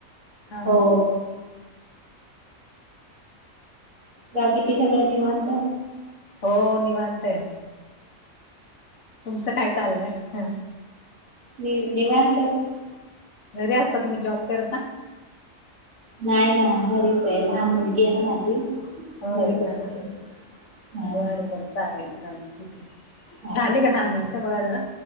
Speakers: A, on the left (about 60°); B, on the right (about 75°).
A: हा.
B: हो गगी सगळं निवांत
A: हो निवांतय. तुमचं काय चाललंय ह.
B: नि निवांतच.
A: घरी असता तुम्ही जॉब करता
B: नाही ना बरीच आहे लहान मुलगी आहे ना माझी.
A: होय
B: घरीच असते
A: हा हा
B: हा
A: बर बर चालेल चालेल ठीक आहे
B: हा
A: झाले का दहा मिनटं बघा जरा.